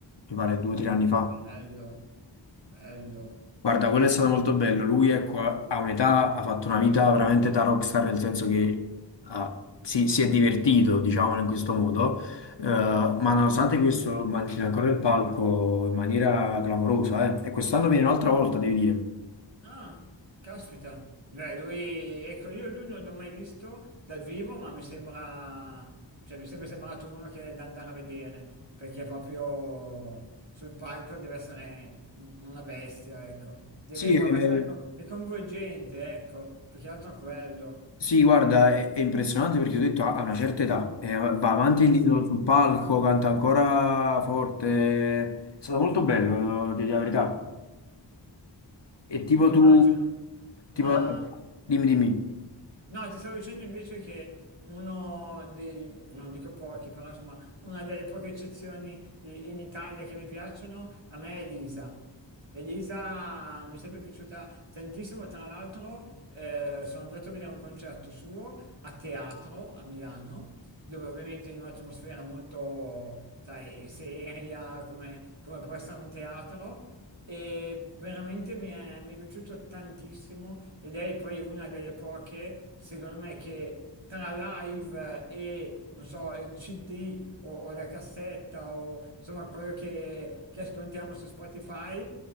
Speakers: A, on the left; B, on the right.
A: mi pare due o tre anni fa.
B: Bello, bello.
A: Guarda, quello è stato molto bello. Lui, ecco, ha ha un'età, ha fatto una vita veramente da rockstar, nel senso che ha- si, si è divertito, diciamo, in questo modo. Eh, ma nonostante questo, mantiene ancora il palco in maniera clamorosa, eh. E quest'anno viene un'altra volta, devi dire.
B: Ah, caspita. Beh, lui, ecco, io lui non l'ho mai visto dal vivo, ma mi sembra, cioè mi è sempre sembrato uno che è da andare a vedere, perché proprio sul palco deve essere un- una bestia, ecco. Deve
A: Sì,
B: proprio
A: è,
B: essere co- è coinvolgente, ecco, più che altro quello.
A: Sì, guarda, è, è impressionante perché ho detto ha ha una certa età, eh, va avanti
B: Eh
A: e indietro
B: sì,
A: sul palco, canta ancora forte, è stato molto bello, eh, di la verità. E tipo
B: immagino.
A: tu, tipo,
B: Ma
A: dimmi, dimmi,
B: No, ti stavo dicendo invece che uno dei, non dico pochi, però insomma, una delle poche eccezioni i- in Italia che mi piacciono, a me è Elisa. Elisa mi è sempre piaciuta tantissimo, tra l'altro eh, sono andato a vedere un concerto suo a teatro a Milano, dove ovviamente in un'atmosfera molto, sai, seria, come, come può essere un teatro, e veramente mi è, mi è piaciuto tantissimo e lei poi è una delle poche, secondo me, che tra live e, non so, il CD o, o la cassetta o insomma quello che, che ascoltiamo su Spotify